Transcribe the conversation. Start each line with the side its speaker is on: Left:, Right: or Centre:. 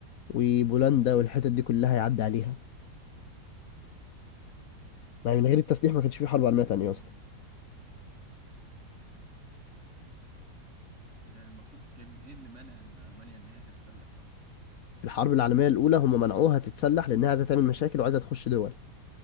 Left: وبولندا والحتت دي كلها يعدي عليها يعني من غير التسليح ما كانش في حرب عالمية تانية
Right: إيه الموضوع
Left: أصلا
Right: ده؟ طب يعني المفروض كان إيه اللي مانع إن ألمانيا إن هي تتسلح أصلا الفترة
Left: في الحرب
Right: دي؟
Left: العالمية الأولى هم منعوها تتسلح لأنها عايزة تعمل مشاكل وعايزة تخش دول